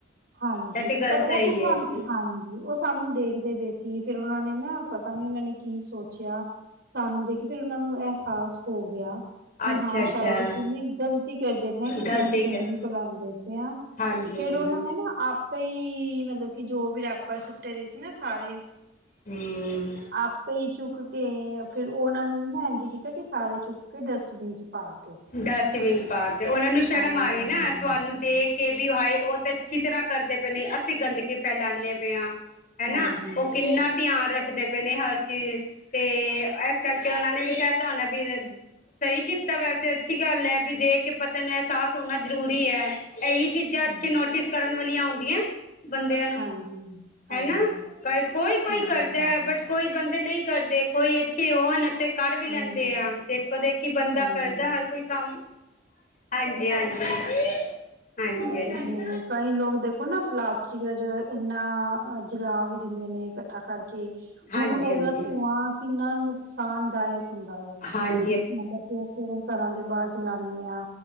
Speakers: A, on the right; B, on the left.
A: ਹਾਂਜੀ
B: ਇਹ
A: ਤੇ
B: ਗੱਲ
A: ਪਰ
B: ਸਹੀ
A: ਉਹੀ ਸਾਨੂੰ
B: ਹੈ ਜੀ।
A: ਹਾਂਜੀ ਉਸ। ਸਾਨੂੰ ਦੇਖਦੇ ਪਏ ਸੀ ਫੇਰ ਉਹਨਾਂ ਨੇ ਨਾ ਪਤਾ ਨੀ ਉਹਨਾਂ ਨੇ ਕੀ ਸੋਚਿਆ। ਸਾਨੂੰ ਦੇਖਦੇ ਹੀ ਉਹਨਾਂ ਨੂੰ ਅਹਿਸਾਸ ਹੋ ਗਿਆ। ਕਿ
B: ਅੱਛਾ
A: ਹਾਂ,
B: ਅੱਛਾ
A: ਸ਼ਾਇਦ ਅਸੀਂ ਵੀ ਗਲਤੀ ਕਰ ਦੇਨੇ ਆ।
B: ਗਲਤੀ
A: ਗੰਦਗੀ
B: ਕਰ
A: ਫੈਲਾਨ ਦੇਦੇ ਆ
B: ਹਾਂਜੀ
A: ਫੇਰ
B: ਹਾਂਜੀ
A: ਉਹਨਾਂ ਨੇ ਨਾ ਆਪਾਂ ਹੀ ਮਤਲਬ ਕਿ ਜੋ ਵੀ ਆਪਾਂ ਸੁੱਟੇ ਦੇ ਸੀ ਨਾ ਸਾਰੇ <unintelligible>
B: ਹਮ
A: ਅਪ ਕਈ ਚੁੱਕ ਕੇ ਫੇਰ ਉਹਨਾਂ ਨੇ ਨਾ ਇੰਝ ਕੀਤਾ ਕਿ ਸਾਰੇ ਚੁੱਕ ਕੇ ਡਸਟਬਿਨ ਚ ਪਾ ਤੇ
B: ਡਸਟਬਿਨ ਪਾ ਕੇ ਉਹਨਾ ਨੂੰ ਸ਼ਰਮ
A: ਹਾਂਜੀ
B: ਆ ਗਈ ਨਾ ਤੁਹਾਨੂੰ ਦੇਖ। ਕੇ ਵੀ ਹਾਏ ਉਹ ਤਾਂ ਅੱਛੀ ਤਰ੍ਹਾਂ ਕਰਦੇ ਪਏ ਨੇ ਅਸੀਂ ਗੰਦਗੀ ਫੈਲਾਉਂਦੇ ਪਏ ਆ। ਹੈ
A: ਹਾਂਜੀ
B: ਨਾ ਉਹ ਕਿੰਨਾ। ਧਿਆਨ ਰੱਖਦੇ ਪਏ ਨੇ ਹਰ ਚੀਜ਼ ਤੇ ਇਸ ਕਰਕੇ ਉਹਨਾਂ ਨੇ ਵੀ ਕਹਿ ਦਿਤਾ ਹੋਣਾ ਵੀ। ਸਹੀ ਕੀਤਾ ਵੈਸੇ। ਠੀਕ ਹੈ ਲੈ ਵੀ ਦੇਖ ਕੇ ਬੰਦੇ ਨੂੰ ਅਹਿਸਾਸ ਹੋਣਾ ਜਰੂਰੀ ਏ ਇਹੀ ਚੀਜ਼ਾਂ
A: ਹਾਂਜੀ ਹਾਂ
B: ਅੱਛੀ ਨੋਟਿਸ। ਕਰਨ ਵਾਲੀਆਂ ਹੁੰਦੀਆਂ। ਬੰਦਿਆਂ ਨੂੰ
A: ਹਾਂਜੀ ਹਾਂਜੀ
B: ਹੈ ਨਾ ਕੁਲ ਕੋਈ ਕੋਈ
A: ਹਾਂਜੀ
B: ਕਰਦਾ
A: ਹਾਂਜੀ
B: ਬਟ ਕੋਈ ਬੰਦੇ ਨਹੀਂ। ਘਰ ਦੇ ਕੋਈ ਅੱਛੇ ਹੋਣ ਤੇ ਕਰ ਵੀ ਲੈਂਦੇ
A: ਹਮ
B: ਆ ਦੇਖੋ ਦੇਖੀ ਬੰਦਾ
A: ਹਾਂਜੀ
B: ਕਰਦਾ ਹਰ। ਕੋਈ ਕੰਮ ਹਾਂਜੀ, ਹਾਂਜੀ, ਹਾਂਜੀ,
A: ਤੇ
B: ਹਾਂਜੀ।
A: ਹੁਣ ਕਈ ਲੋਗ ਦੇਖੋ ਨਾ ਪਲਾਸਟਿਕ ਦਾ ਜਿਹੜੇ ਇੰਨਾ ਜਲਾ ਵੀ ਦਿੰਦੇ ਨੇ ਕੱਠਾ ਕਰਕੇ ਹੁਣ
B: ਹਾਂਜੀ ਹਾਂਜੀ
A: ਉਹਦਾ
B: ਹਾਂਜੀ ਹਾਂਜੀ
A: ਧੂੰਆਂ ਕਿੰਨਾ ਨੁਕਸਾਨਦਾਇਕ ਹੁੰਦਾ ਏ
B: ਹਾਂਜੀ
A: ਮਤਲਬ ਕਿ ਅਸੀਂ ਅਗਰ ਘਰਾਂ ਦੇ ਬਾਹਰ ਜਲਾਨੇ ਆ